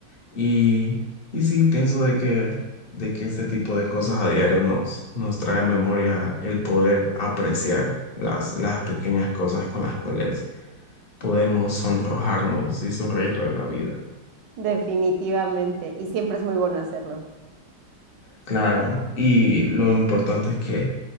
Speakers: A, on the left (about 40°); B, on the right (about 80°).
A: y, y sí, pienso de que, de que este tipo de cosas a diario nos, nos trae memoria el poder apreciar las, las pequeñas cosas con las cuales podemos sonrojarnos y sonreír en la vida.
B: Definitivamente. Y siempre es muy bueno hacerlo.
A: Claro, y lo importante es que